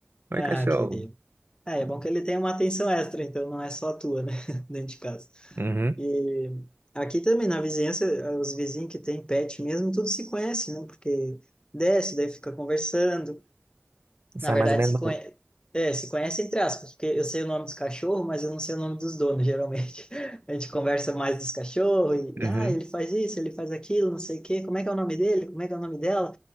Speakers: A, on the right; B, on the left.
A: Oi,
B: Ah,
A: cachorro!
B: querido. É, é bom que ele tem uma atenção extra, então não é só a tua, né? <laughs> Dentro de casa.
A: Uhum.
B: E aqui também, na vizinhança, os vizinhos que têm pet mesmo, tudo se conhece, né? Porque desce, daí fica conversando. Na
A: Sai
B: verdade,
A: mais ou menos.
B: se conhece,
A: do-
B: é, se conhece entre aspas, porque eu sei o nome dos cachorros, mas eu não sei o nome dos donos, geralmente. <laughs> A gente conversa mais dos cachorros, e,
A: Uhum.
B: ah, ele faz isso, ele faz aquilo, não sei o quê, como é que é o nome dele, como é que é o nome dela,